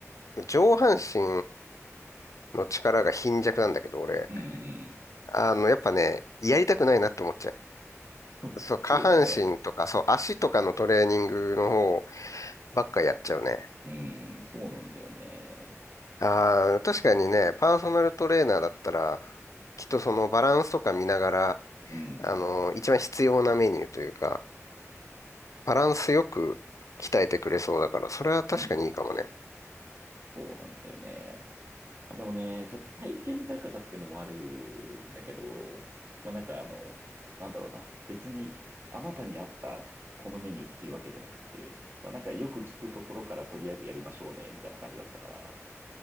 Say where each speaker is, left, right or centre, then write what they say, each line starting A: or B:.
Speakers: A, on the left; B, on the right.
A: 上半身の力が貧弱なんだけど、俺。
B: うん、うん。
A: あの、やっぱね、やりたくないなって思っちゃ
B: うん
A: う。そう、
B: <laughs>
A: 下半身とか、
B: そうだよね。
A: そう、足とかのトレーニングの方ばっかやっちゃうね。
B: うん、そうなんだよね。
A: ああ、確かにね、パーソナルトレーナーだったら、きっとそのバランスとか見ながら、
B: うん、
A: あのー一番必要なメニューというか、バランスよく鍛えてくれそうだから、それは確かにいいかもね。
B: うん。そうなんだよね。あ、でもね、ちょっと体験だからっていうのもあるんだけど、まあなんかあの、なんだろうな、別にあなたに合ったこのメニューっていうわけじゃなくて、まあなんかよく聞くところからとりあえずやりましょうね、みたいな感じだったから、